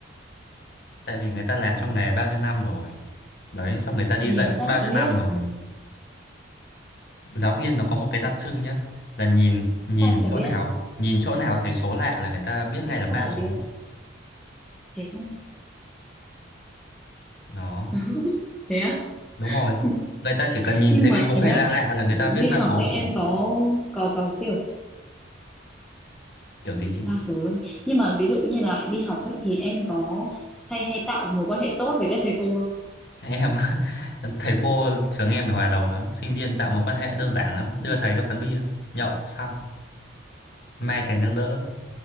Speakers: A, on the left; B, in the centre.
A: tại vì người ta làm trong nghề bao nhiêu năm rồi đấy xong người ta đi
B: nhìn
A: dạy cũng
B: phát
A: bao
B: liếc
A: nhiêu năm rồi giáo viên nó có một cái đặc trưng nhá là nhìn nhìn
B: phát là
A: chỗ
B: biết
A: nào nhìn chỗ nào thấy số lạ là người ta biết ngay
B: liếc
A: là ma
B: phát là
A: số
B: biết thế không?
A: đó
B: <laughs> thế á
A: đúng rồi
B: <laughs>
A: người ta chỉ cần nhìn
B: nhưng
A: thấy
B: mà
A: cái số
B: nhớ
A: này lạ lạ là người ta biết
B: đi
A: ma
B: học
A: số
B: với em
A: rồi
B: có có có kiểu
A: kiểu gì chị
B: đa số luôn nhưng mà ví dụ như là đi học ấy thì em có hay hay tạo mối quan hệ tốt với các thầy cô không
A: em <laughs> thầy cô trường em là hòa đồng lắm sinh viên tạo mối quan hệ đơn giản lắm đưa thầy ra quán bia nhậu xong mai thầy nâng đỡ